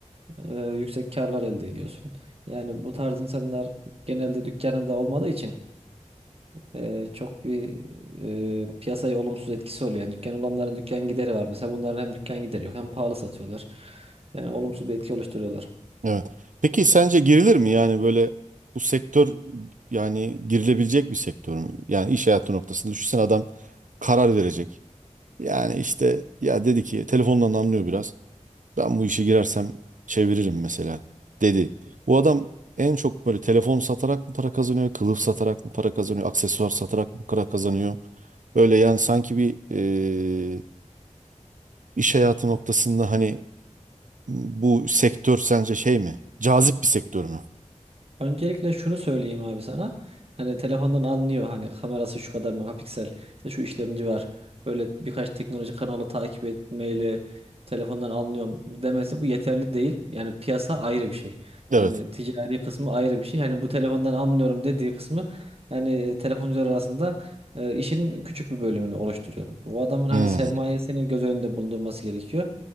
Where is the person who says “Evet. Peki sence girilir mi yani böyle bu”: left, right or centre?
Right